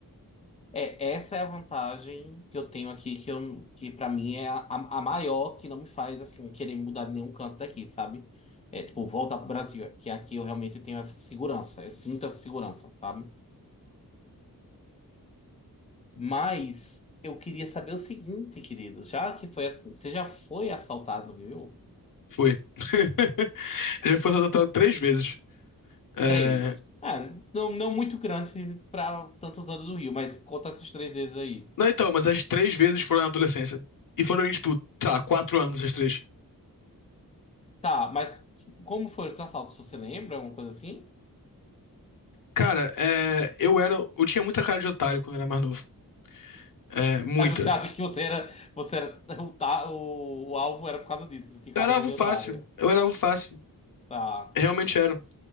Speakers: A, on the left; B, on the left.
A: É, essa é a vantagem que eu tenho aqui, que, eu, que para mim é a, a a maior, que não me faz assim querer mudar de nenhum canto daqui, sabe? É tipo, voltar pro Brasil, é, que aqui eu realmente tenho essa segurança, eu sinto essa segurança, sabe? Mas eu queria saber o seguinte, querido. Já que foi assim, você já foi assaltado no Rio?
B: Foi. <laughs> Já foi assaltado três vezes. É,
A: Três. É, não, não muito grande para tantos anos do Rio, mas conta essas três vezes aí.
B: Não, então, mas as três vezes foram na adolescência. E foram, tipo, sei lá, quatro anos as três.
A: Tá, mas como foram os assaltos? Você lembra? Alguma coisa assim?
B: Cara, é, eu era. Eu tinha muita cara de otário quando eu era mais novo. É, muita.
A: Aí você acha que você era, você era o, ta- o, o alvo era por causa disso, que você tinha carreira
B: Eu era alvo
A: de
B: fácil.
A: otário.
B: Eu era alvo fácil.
A: Tá.
B: Realmente era.